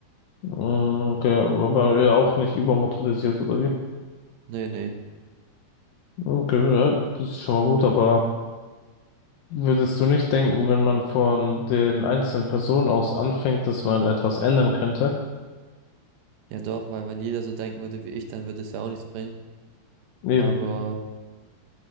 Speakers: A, on the left (about 80°); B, on the right (about 80°).
A: Mm, Okay, aber ja, auch nicht übermotorisiert oder wie?
B: Nee, nee.
A: Okay, ja, das ist schon mal gut, aber würdest du nicht denken, wenn man von den einzelnen Personen aus anfängt, dass man etwas ändern könnte?
B: Ja doch, weil wenn jeder so denken würde wie ich, dann würde es ja auch nichts bringen.
A: Eben.
B: Aber